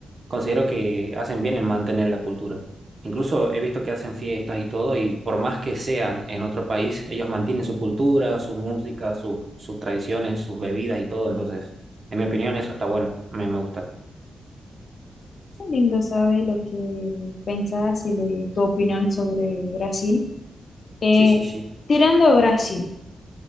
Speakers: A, on the right; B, on the left.
A: considero que hacen bien en mantener la cultura. Incluso he visto que hacen fiestas y todo, y por más que sean en otro país, ellos mantienen su cultura, sus músicas, sus, sus tradiciones, sus bebidas y todo. Entonces, en mi opinión, eso está bueno, me, me gusta.
B: Qué lindo saber lo que pensás y le- tu opinión sobre Brasil. Eh,
A: Sí, sí, sí.
B: tirando a Brasil,